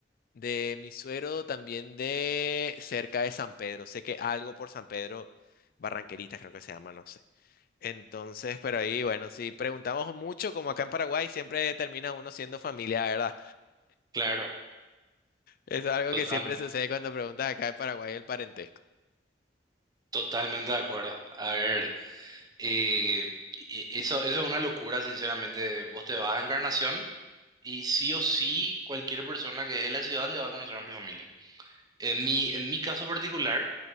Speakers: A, on the left; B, on the right.
A: de mi suero, también de cerca de San Pedro. Sé que algo por San Pedro, Barranqueritas creo que se llama, no sé. Entonces, pero ahí, bueno, si preguntamos mucho, como acá en Paraguay, siempre termina uno siendo familia, ¿verdad?
B: claro,
A: Es algo
B: totalmente,
A: que siempre sucede cuando preguntas acá en Paraguay el parentesco.
B: totalmente de acuerdo. A ver. Eh, y- eso, eso es una locura, sinceramente. Vos te vas a Encarnación y sí o sí cualquier persona que es de la ciudad le va a conocer a mi familia. En mi, en mi caso particular,